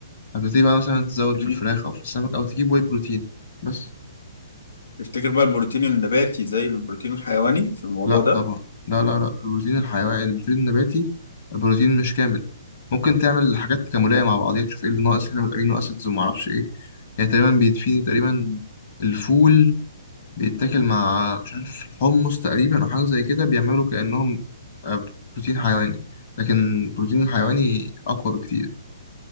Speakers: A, on the left (about 50°); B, on the left (about 80°).
A: هتبتدي بقى مثلا تزود
B: يعني
A: في الفراخ او في السمك او تجيب واي بروتين بس
B: تفتكر بقى البروتين النباتي زي البروتين الحيواني في الموضوع
A: لا
B: ده
A: طبعا لا لا لا البروتين الحيواني البروتين النباتي بروتين مش كامل ممكن تعمل حاجات تكاملية مع بعضيها تشوف ايه اللي ناقص هنا من الامينو اسيدز وما اعرفش ايه يعني تقريبا بيتفيد تقريبا الفول بيتاكل مع مش عارف حمص تقريبا او حاجة زي كده بيعملوا كأنهم آه، بروتين حيواني لكن البروتين الحيواني اقوى بكتير